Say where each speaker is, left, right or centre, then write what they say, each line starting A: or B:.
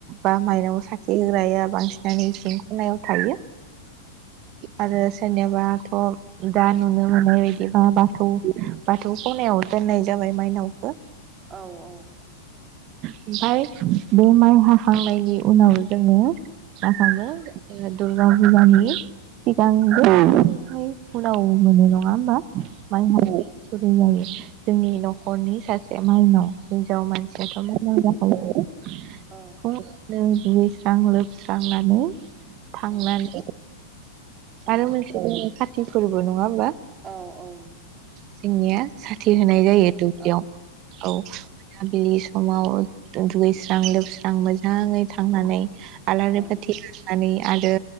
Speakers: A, on the right; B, on the right.
A: बा माइनाव साखि होग्राया बांसिन नानो इसिं खनायाव थायो। आरो सोरनियाव बाथ' दा नुनो मोननाय बायदिबा बाथौ बाथौ खनायाव दोननाय जाबाय मायनावखो।
B: औ औ
A: ओमफाय बे माइ हाखांनायनि उनाव जोङो <unintelligible> दुरगा फुजानि सिगांहाय उनाव मोनो नङा होमबा? माइ हानाय <unintelligible> जायो जोंनि नख'रनि सासे माइनाव। हिनजाव मानसियाथ' <unintelligible>
B: औ
A: दुगै स्रां लोब स्रांनानै थांनानै
B: औ औ
A: आरो मोनसे खाथि थिफोरबो नङा होमबा?
B: औ औ नंगौ
A: जोंनिया साथि होनाय
B: खाथि
A: जायो दुब्लियाव
B: औ
A: औ मोनाबिलि स समाव दुगैस्रां लोबस्रां मोजाङै थांनानै आलारि
B: औ
A: बाथि लांनानै आरो